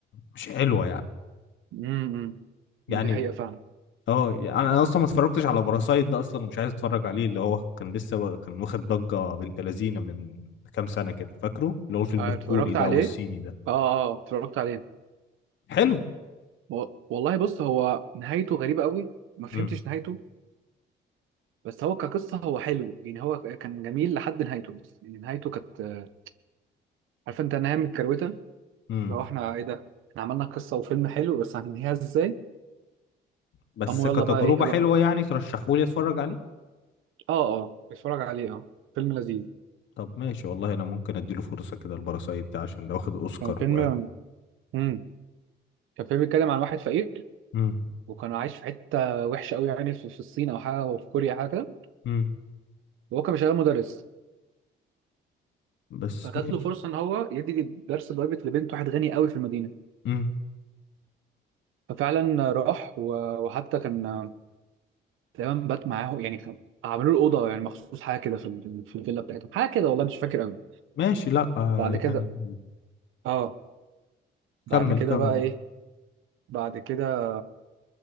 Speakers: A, on the left (about 70°); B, on the right (about 90°).
A: مش حلوه يعني
B: امم
A: يعني
B: دي حقيقه فعلا
A: اه يعني انا اصلا ما اتفرجتش على باراسايت ده اصلا ومش عايز اتفرج عليه اللي هو كان لسه كان واخد ضجه بنت لذينه من كام سنه كده فاكره اللي هو الفيلم
B: آه،
A: الكوري
B: اتفرجت
A: ده
B: عليه
A: اتفرجت عليه والصيني ده
B: اه اه آه، اتفرجت عليه
A: حلو
B: و... والله بص هو نهايته غريبه قوي ما فهمتش
A: امم
B: نهايته بس هو كقصه هو حلو يعني هو كان جميل لحد نهايته بس يعني نهايته كانت آه، عارف انت نهايه متكروته
A: امم
B: لو احنا ايه ده احنا عملنا قصه وفيلم حلو بس هننهيها ازاي
A: بس
B: قاموا
A: كتجربه
B: يلا بقى ايه يلا
A: حلوه يعني ترشحوا لي اتفرج عليه
B: اه اه بتفرج عليه اه فيلم لذيذ
A: طب ماشي والله انا ممكن اديله فرصة كده الباراسايت ده عشان ده واخد اوسكار
B: كان فيلم
A: و
B: امم كان فيلم بيتكلم عن واحد فقير
A: مم.
B: وكان عايش في حته وحشه قوي يعني في في الصين او حاجه او في كوريا حاجه كده
A: مم.
B: وهو كان شغال مدرس
A: بس
B: فجات
A: ماشي
B: له فرصه ان هو يدي درس برايفت لبنت واحد غني قوي في المدينه
A: مم.
B: ففعلا راح و- وحتى كان تقريبا بات معاه يعني كان- عملوا له اوضه يعني مخصوص حاجه كده في ال- في الفيلا بتاعتهم حاجه كده والله مش فاكر قوي
A: ماشي لا آه،
B: بعد كده
A: يعني
B: اه بعد
A: كمل
B: كده
A: كمل
B: بقى ايه بعد كده